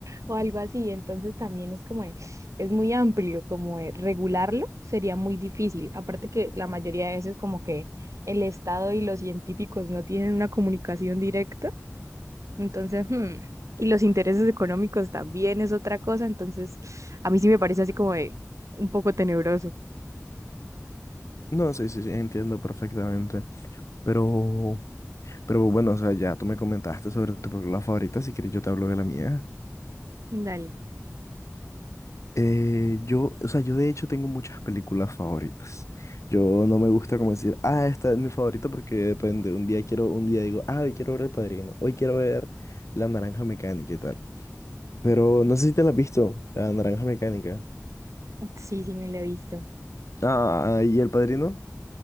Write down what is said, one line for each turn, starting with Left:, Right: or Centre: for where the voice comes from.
Right: o algo así. Entonces también es como, de- es muy amplio, como de regularlo sería muy difícil. Aparte que la mayoría de veces como que el Estado y los científicos no tienen una comunicación directa. Entonces, hmm, Y los intereses económicos también es otra cosa. Entonces, a mí sí me parece así como de un poco tenebroso.
Left: No, sí, sí, sí, entiendo perfectamente. Pero, pero bueno, o sea, ya tú me comentaste sobre tu película favorita. Si quieres, yo te hablo de la mía.
Right: Dale.
Left: Eh, yo, o sea, yo de hecho tengo muchas películas favoritas. Yo no me gusta como decir, ah, esta es mi favorita porque depende. Un día quiero, un día digo, ah, hoy quiero ver El Padrino, hoy quiero ver La Naranja Mecánica y tal. Pero no sé si te la has visto, La Naranja Mecánica.
Right: Sí, sí, me lo he visto.
Left: Ah, ¿y El Padrino?